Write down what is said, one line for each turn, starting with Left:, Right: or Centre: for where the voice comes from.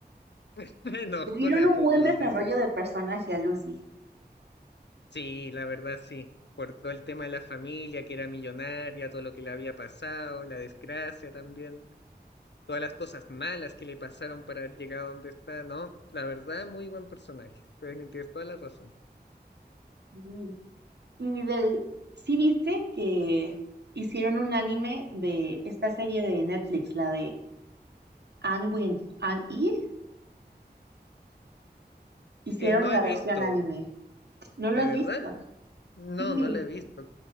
Left: <laughs> enojona
Right: le dieron un
Left: a poco,
Right: buen desarrollo
Left: dice.
Right: de personaje a Lucy.
Left: Sí, la verdad sí, por todo el tema de la familia que era millonaria, todo lo que le había pasado, la desgracia también. todas las cosas malas que le pasaron para haber llegado donde está, ¿no? La verdad, muy buen personaje, tien- tienes toda la razón.
Right: Y, y del, sí viste que hicieron un anime de esta serie de Netflix, la de Anne Wind, Anne E, hicieron
Left: Eh, no
Right: la
Left: he visto,
Right: versión anime. ¿No
Left: ¿de
Right: lo has
Left: verdad?
Right: visto?
Left: No,
Right: Sí.
Left: no la he visto.